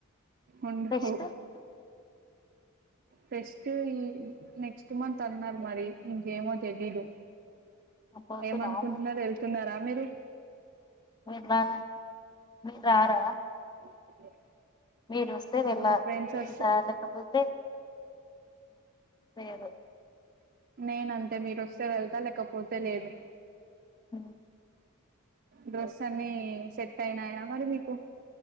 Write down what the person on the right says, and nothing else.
ఉండు
హో
ఫెస్ట్ ఈ నెక్స్ట్ మంత్ అన్నార్ ఇంక్ ఏమో తెలిదు
ఏమనుకుంట్ నర్ వెల్ తున్నారా మీరు
<inaudible>
మా ఫ్రెండ్స్
వస్తే
నేన్ అంతే మీరు వస్తే వెళ్తా లేకపోతే లేదు
డ్రస్ అన్ని సెట్ అయినాయా మరి మీకు